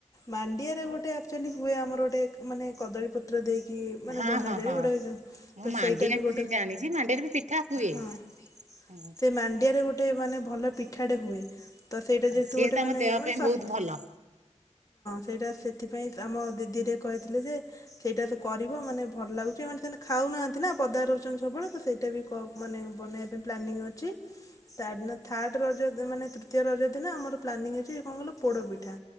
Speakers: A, on the left (about 30°); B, on the right (about 75°).
A: ମାଣ୍ଡିଆରେ ଗୋଟେ ଆକଚୁଲି ହୁଏ ଆମର ଗୋଟେ ମାନେ କଦଳୀ ପତ୍ର ଦେଇକି ମାନେ
B: ହଁ
A: ବନାଯାଏ
B: ହଁ ହଁ
A: ଗୋଟେ
B: ମୁଁ
A: ତ
B: ମାଣ୍ଡି
A: ସେଇଟା
B: ଆସି
A: ବି ଗୋଟେ
B: ଜାଣିଛି ମାଣ୍ଡିରେ ବି ପିଠା ହୁଏ
A: ହଁ
B: ହୁଁ।
A: ସେ ମାଣ୍ଡିଆରେ ଗୋଟେ ମାନେ ଭଲ ପିଠାଟେ ହୁଏ। ତ ସେଇଟା
B: ଆଉ
A: ଯେହେତୁ
B: ସିଏ
A: ଗୋଟେ
B: ତ
A: ମାନେ
B: ଆମ ଦେହ
A: ମାନେ
B: ପାଇଁ
A: ସସ୍ଥ୍ୟ
B: ବହୁତ ଭଲ
A: ହଁ ସେଇଟା ସେଥିପାଇଁ ଆମ ଦିଦିଟି କହିଥିଲେ ଯେ ସେଇଟା ସେ କରିବ ମାନେ ଭଲ ଲାଗୁଛି ମାନେ ସେ ଖାଉନାହାନ୍ତି ନା ପଦା ରହୁଛନ୍ତି ସବୁବେଳେ ତ ସେଇଟା ବି ମାନେ ବନେଇବା ପାଇଁ ପ୍ଲାନିଂ ଅଛି ତା ଥାର୍ଡ଼ର ରଯ ମାନେ ଦ୍ୱିତୀୟ ରଜ ଦିନ ଆମର ପ୍ଲାନିଂ ଅଛି କଣ କହିଲ ପୋଡପିଠା